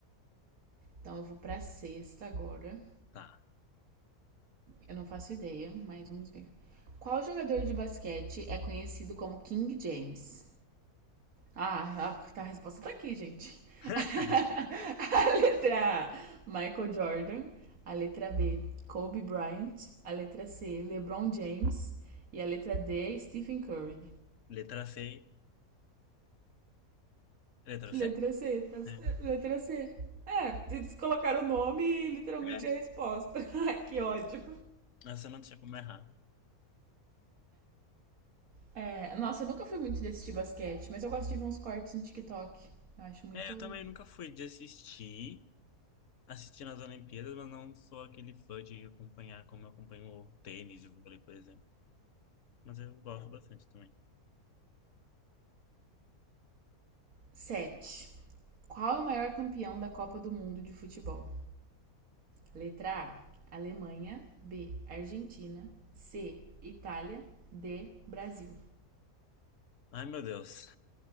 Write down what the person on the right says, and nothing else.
Então eu vou pra sexta agora.
Eu não faço ideia, mas vamos ver. Qual jogador de basquete é conhecido como King James? Ah, tá a resposta tá aqui, gente.
<laughs> a letra A, Michael Jordan. A letra B, Kobe Bryant. A letra C, LeBron James. E a letra D, Stephen Curry.
Letra
C, tá,
letra C. É, eles colocaram o nome e literalmente
a resposta. <laughs> Ai, que ódio.
É, nossa, eu nunca fui muito de assistir basquete, mas eu gosto de ver uns cortes no TikTok. Eu acho muito.
Sete. Qual é o maior campeão da Copa do Mundo de futebol? Letra A: Alemanha. B: Argentina. C: Itália. D: Brasil.